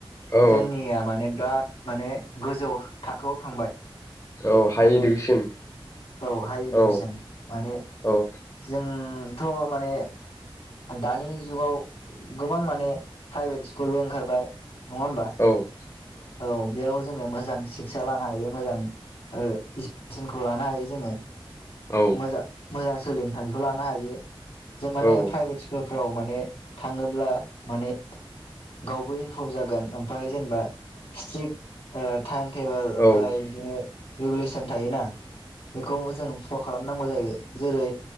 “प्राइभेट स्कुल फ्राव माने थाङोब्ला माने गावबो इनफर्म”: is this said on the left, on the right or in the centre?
Left